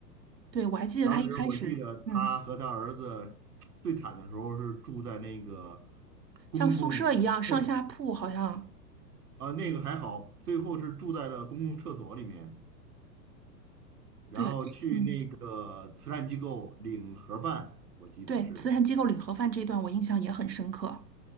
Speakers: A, on the right (about 80°); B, on the right (about 65°).
A: 对，我还记得他一开始，
B: 当时我记得他和他儿子最惨的时候是住在那个
A: 嗯，
B: 公共厕所，
A: 像宿舍一样上下铺，好像，
B: 呃，那个还好，最后是住在了公共厕所里面，然后去那个慈善机构领盒饭，
A: 对啊这嗯，
B: 我记得是，
A: 对，慈善机构领盒饭这一段我印象也很深刻。